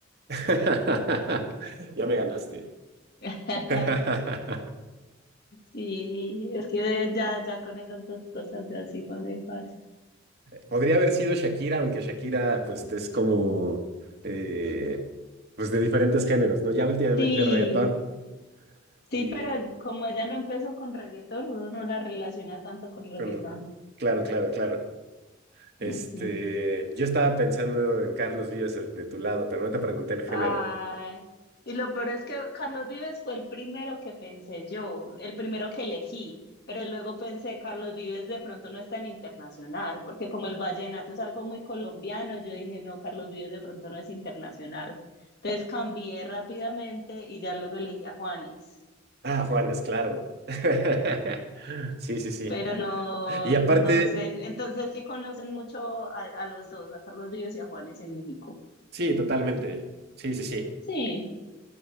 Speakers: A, on the right (about 55°); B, on the left (about 55°).
A: <laughs> Ya me ganaste.
B: <laughs>
A: <laughs>
B: Sí, es que ya, ya con esas dos cosas ya sí fue muy fácil.
A: Podría haber sido Shakira, aunque Shakira, pues, es como, eh, pues, de diferentes géneros, ¿no? Ya últimamente
B: Sí,
A: reggaetón
B: sí,
A: y,
B: pero como ella no empezó con reggaetón, uno no la relaciona tanto con reggaetón.
A: con- claro, claro, claro. Este,
B: Ujú.
A: yo estaba pensando en Carlos Vives, el de tu lado, pero no te pregunté el género.
B: Ay, y lo peor es que Carlos Vives fue el primero que pensé yo, el primero que elegí, pero luego pensé, Carlos Vives de pronto no es tan internacional, porque como el vallenato es algo muy colombiano, yo dije, no, Carlos Vives de pronto no es internacional. Entonces cambié rápidamente y ya luego elegí a Juanes,
A: Ah, Juanes, claro. <laughs> Sí, sí, sí.
B: pero no,
A: Y aparte,
B: no sé, entonces sí conocen mucho a, a los dos, a Carlos Vives y a Juanes en México.
A: sí, totalmente. Sí, sí, sí.
B: Sí,